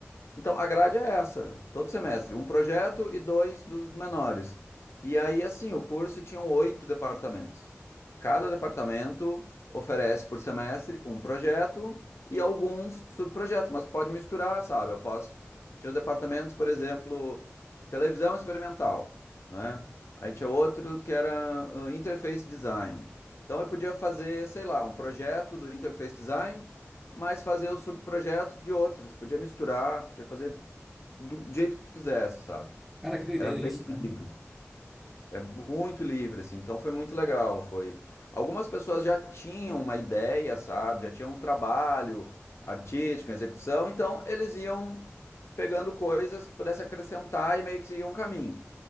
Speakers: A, on the left (about 65°); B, in the centre.
A: Então, a grade é essa, todo semestre, um projeto e dois dos menores. E aí, assim, o curso tinha oito departamentos. Cada departamento oferece por semestre um projeto e alguns subprojetos, mas pode misturar, sabe? Eu posso. Tinha os departamentos, por exemplo, televisão experimental, né? Aí tinha outro que era ah, interface design. Então, eu podia fazer, sei lá, um projeto do interface design mas fazer os subprojetos de outros. Podia misturar, podia fazer do jeito que tu quisesse, sabe?
B: cara, que doideira
A: Era bem
B: isso, né?
A: livre, é muito livre, assim. Então foi muito legal. Foi. Algumas pessoas já tinham uma ideia, sabe? Já tinham um trabalho artístico, em execução, então eles iam pegando coisas que pudesse acrescentar e meio que seguir um caminho.